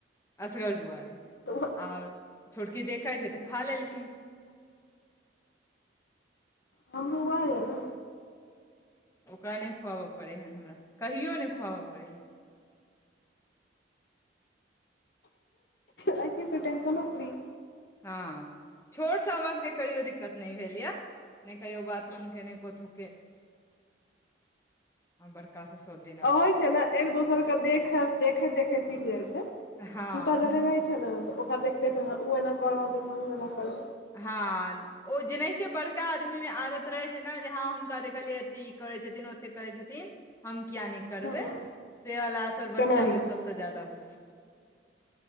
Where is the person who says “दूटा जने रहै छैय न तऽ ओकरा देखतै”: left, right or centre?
Left